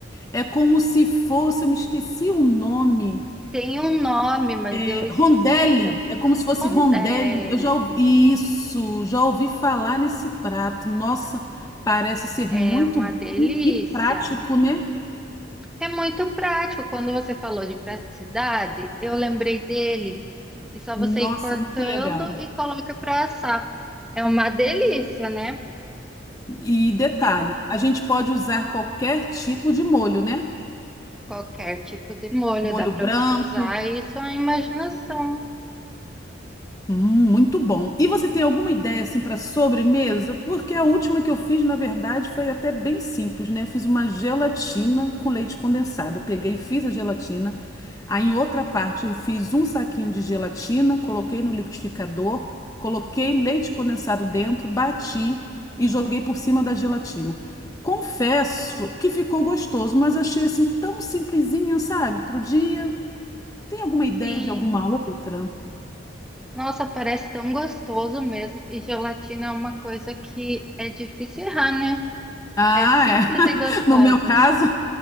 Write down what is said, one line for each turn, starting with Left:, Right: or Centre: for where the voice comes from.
Left: é como se fosse, eu me esqueci o nome.
Centre: Tem um nome, mas
Left: É,
Centre: eu esqueci
Left: rondelli,
Centre: também.
Left: é como se fosse
Centre: Rondelli.
Left: rondelli. Eu já ouvi isso, já ouvi falar nesse prato. Nossa, parece ser muito
Centre: É uma
Left: bom
Centre: delícia.
Left: e prático, né?
Centre: É muito prático. Quando você falou de praticidade, eu lembrei dele E só
Left: Nossa,
Centre: você ir cortando
Left: muito legal.
Centre: e coloca para assar. É uma delícia, né?
Left: E detalhe,
Centre: E
Left: a gente pode usar qualquer tipo de molho, né?
Centre: qualquer tipo de molho
Left: Molho
Centre: dá para
Left: branco,
Centre: você usar, e isso é imaginação.
Left: Hum, muito bom. E você tem alguma ideia
Centre: Sim.
Left: assim para sobremesa? Porque a última que eu fiz, na verdade, foi até bem simples, né? Eu fiz uma gelatina com leite condensado. Eu peguei, e fiz a gelatina. Aí em outra parte eu fiz um saquinho de gelatina, coloquei no liquidificador, coloquei leite condensado dentro, bati e joguei por cima da gelatina. Confesso que ficou gostoso, mas achei assim tão simplesinha, sabe? Pro dia. Tem alguma ideia
Centre: Sim.
Left: de alguma outra?
Centre: Nossa, parece tão gostoso mesmo. E gelatina é uma coisa que é difícil errar, né?
Left: Ah,
Centre: É simples
Left: é.
Centre: e gostosa.
Left: No meu caso,